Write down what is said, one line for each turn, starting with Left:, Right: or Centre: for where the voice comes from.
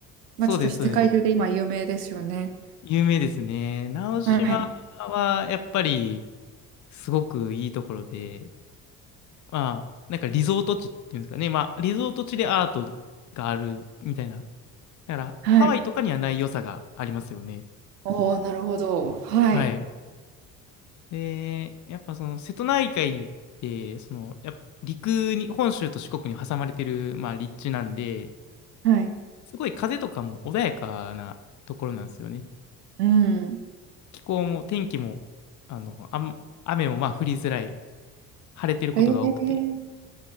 Right: 街として世界中で今有名ですよね。
Left: そうです、そうです。有名ですね。直島
Right: はい。
Left: はやっぱりすごくいいところで、まあ、なんかリゾート地っていうんですかね。まあ、リゾート地でアートがあるみたいな。だから、
Right: はい。
Left: ハワイとかにはない良さがありますよね。
Right: おー、なるほど。はい。
Left: はい。で、やっぱその瀬戸内海って、その、やっぱ陸に、本州と四国に挟まれてる、まあ、立地なんで、
Right: はい。
Left: すごい風とかも穏やかなところなんですよね。
Right: うん。
Left: 気候も天気も、あの、あん、雨もまあ降りづらい、晴れてることが多くて。
Right: えー、